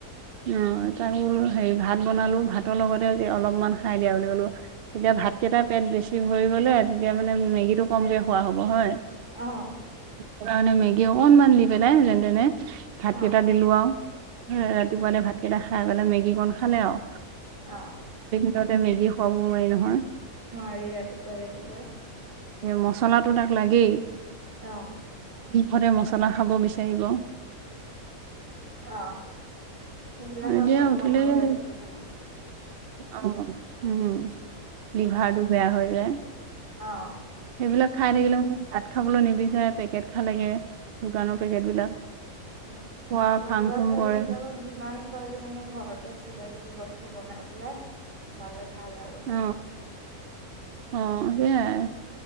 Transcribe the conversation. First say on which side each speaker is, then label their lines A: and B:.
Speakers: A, on the right; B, on the right.
A: অ। তাঙল হেৰি ভাত বনালোঁ ভাতৰ লগতে অলপমান খাই দিয়া বুলি ক'লো তেতিয়া ভাতকেইটা পেট বেছি ভৰি গ'লে তেতিয়া মানে মেগীটো কমকে খোৱা হ'ব হয়।
B: অহ।
A: সে কাৰণে মেগী অকনমান দি পেলাই যেন তেনে ভাত
B: অ
A: কেইটা দিলো আও। ৰাতিপুৱাতে ভাতকেইটা খাই পেলাই মেগী কন খালে আও।
B: অহ।
A: তিহতে মেগি খুৱাব নোৱাৰি নহয়।
B: নোৱাৰি ৰাতিপুৱাই ৰাতিপুৱাই
A: এ মচলাটো তাক লাগেই।
B: অহ।
A: হতে মছলা খাব বিচাৰিব।
B: অ সেইবিলাক
A: এতিয়া
B: খোৱাটো
A: উঠিলেগে।
B: কমাব লাগে দোকানত গৈ।
A: অ
B: অ
A: উম লিভাৰটো বেয়া হৈ যায়।
B: অহ।
A: সেইবিলাক খাই থাকিলে মানে ভাত খাবলৈ নিবিচাৰে পেকেট খাল লোগে দোকানৰ পেকেট বিলাক।
B: উ
A: খোৱা
B: সৰু
A: ফাং
B: লৰা
A: ফুং
B: ছোৱালী
A: কৰে
B: বিলাকক যিমান পাৰি মানে ঘৰতে কিবা কিবি বস্তু বনাই পেলাই খালে ভাল আৰু
A: অ অ সেইয়ায়।